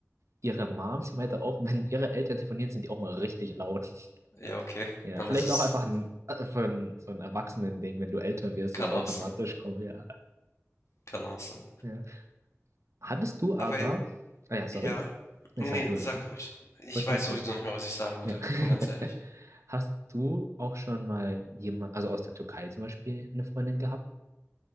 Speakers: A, on the right; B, on the left.
A: ihre Mom, sie meinte auch, wenn ihre Eltern telefonieren, sind die auch mal richtig laut. <laughs>
B: Ja, okay,
A: Ja,
B: dann
A: vielleicht
B: ist es,
A: ist auch einfach ein, einfach ein, so ein Erwachsenen-Ding, wenn du älter wirst,
B: kann
A: das ist automatisch
B: auch sein,
A: kommt, ja.
B: kann auch sein.
A: ja. Hattest du aber,
B: Aber äh,
A: ah ja, sorry,
B: ja,
A: nee,
B: nee,
A: sag
B: nee,
A: du
B: sag
A: es jetzt, ne?
B: ruhig. Ich
A: Wollte
B: weiß
A: nur sagen,
B: sowieso nicht mehr, was ich sagen wollte,
A: ja. <laughs>
B: bin ganz ehrlich.
A: Hast du auch schon mal jemand, also aus der Türkei zum Beispiel, eine Freundin gehabt?